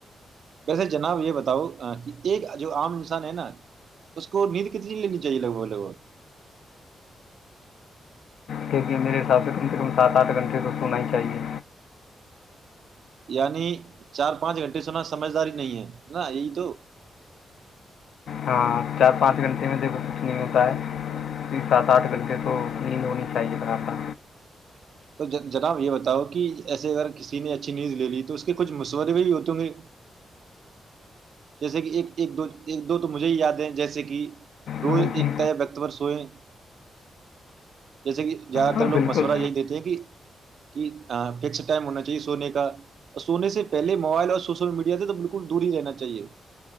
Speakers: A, on the right (about 70°); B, on the left (about 80°).
A: ویسے جناب یہ بتاؤ کہ ایک جو عام انسان ہے نا اس کو نیند کتنی لینی چاہیے لگ بھگ لگ بھگ
B: کیونکہ میرے حساب سے کم سے کم سات آٹھ گھنٹے تو سونا ہی چاہیے
A: یعنی چار پانچ گھنٹے سنا سمجھداری نہیں ہے نا یہی تو
B: ہاں چار پانچ گھنٹے میں دیکھو کچھ نہیں ہوتا ہے سات آٹھ گھنٹے تو نیند ہونی چاہیے تھاا تھا
A: تو جناب یہ بتاؤ کہ ایے اگر کسی نے اچھی نیند لے لی تو اس کے کچھ مصورے بھی ہوتےوں گے د کہ ایک دو ایک دو تو مجھے ہی یاد ہے جیسے کہ روز
B: ہاں
A: ایکتا
B: جی
A: یا وقت و سوئےیں جیسے کہ زیادہ
B: ہاں
A: تر لوگ
B: بالکل
A: مشورہ یہی دیتے ہیں کہ کہ ہاں فکس ٹائم ہونا چاہیے سونے کا اور سونے سے پہلے موبائل اور سوشل میڈیا سے تو بالکل دور ہی رہنا چاہیے